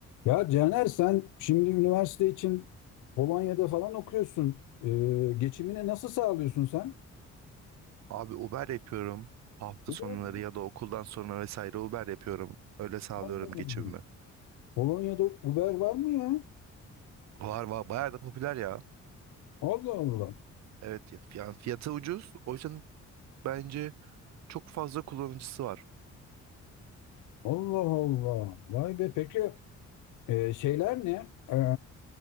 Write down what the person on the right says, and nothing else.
Abi Uber yapıyorum. Hafta
sonları
ya da okuldan sonra vesaire Uber yapıyorum. Öyle sağlıyorum
geçimimi.
Var var bayağı da popüler ya.
Evet ya- yani fiyatı ucuz. O yüzden bence çok fazla kullanıcısı var.